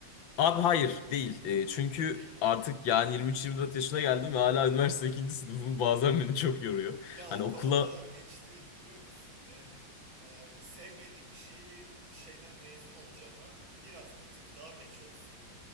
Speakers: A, on the left (about 75°); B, on the right (about 85°).
A: Abi hayır değil. E, çünkü
B: değil
A: artık
B: mi?
A: yani 23-24 yaşına geldim ve hala üniversite ikinci sınıfım bazen beni çok yoruyor.
B: Ya
A: Hani
B: o,
A: okula
B: ka- o kadar geç değil biliyor musun? Yani e, sevmediğin bir şeyi bir şeyden mezun olacağına biraz bir tık daha geç olsun.